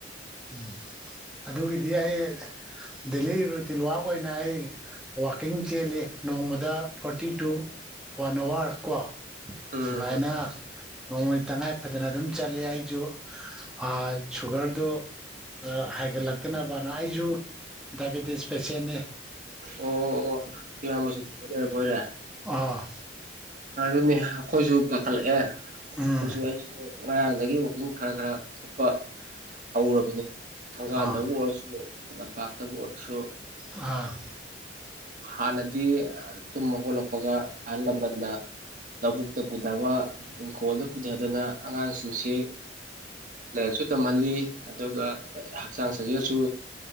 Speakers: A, in the centre; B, on the right (about 45°).
A: ꯎꯝ ꯑꯗꯨꯒꯤꯗꯤ ꯑꯩ ꯗꯦꯂꯤ ꯔꯨꯇꯤꯟ ꯋꯥꯛ ꯑꯣꯏꯅ ꯑꯩ ꯋꯥꯛꯀꯤꯡ ꯆꯦꯜꯂꯤ ꯅꯣꯡꯃꯗ ꯐꯣꯔꯇꯤꯇꯨ ꯋꯥꯟ ꯑꯋ꯭ꯔ ꯀ‌ꯣ
B: ꯎꯝ
A: ꯁꯨꯃꯥꯏꯅ
B: ꯎꯝ
A: ꯅꯣꯡꯃꯩ ꯇꯉꯥꯏ ꯐꯗꯅ ꯑꯗꯨꯝ ꯆꯠꯂꯤ ꯑꯩꯖꯨ ꯑ ꯁꯨꯒ꯭ꯔꯗꯣ ꯍꯥꯏꯒꯠꯂꯛꯇꯅꯕꯅ ꯑꯩꯖꯨ ꯗꯥꯏꯕꯦꯇꯤꯁ ꯄꯦꯁꯦꯟꯅꯤ꯫
B: ꯑꯣ ꯑꯣ ꯏꯌꯥꯝꯕꯖꯨ ꯁꯨꯒꯔ ꯂꯩꯔꯕꯣꯏꯔꯦ꯫
A: ꯑꯥ꯫
B: ꯑꯗꯨꯅꯦ ꯑꯩꯈꯣꯏꯖꯨ ꯄꯥꯈꯠꯂꯛꯑꯦ ꯑꯩꯈꯣꯏꯖꯨ
A: ꯎꯝ
B: ꯑꯩꯖꯨ ꯉꯔꯥꯡꯗꯒꯤ ꯋꯥꯛꯀꯤꯡ ꯈꯔ ꯈꯔ ꯆꯠ ꯍꯧꯔꯕꯅꯤ ꯊꯣꯡꯒꯜꯗꯕꯨ
A: ꯑꯥ
B: ꯑꯣꯏꯔꯁꯨ ꯂꯝꯄꯥꯛꯇꯕꯨ ꯑꯣꯏꯔꯁꯨ꯫
A: ꯑꯥ꯫
B: ꯍꯥꯟꯅꯗꯤ ꯇꯨꯝꯃꯒꯣꯠꯂꯛꯄꯒ ꯑꯍꯜ ꯂꯃꯟꯅ ꯂꯧꯕꯨꯛꯇ ꯄꯨꯊꯕ ꯏꯪꯈꯣꯜꯗ ꯄꯨꯊꯗꯅ ꯑꯉꯥꯡꯁꯤꯡꯁꯤ ꯂꯥꯏꯔꯤꯛꯁꯨ ꯇꯝꯍꯜꯂꯤ ꯑꯗꯨꯒ ꯍꯛꯆꯥꯡ ꯁꯥꯖꯦꯜꯁꯨ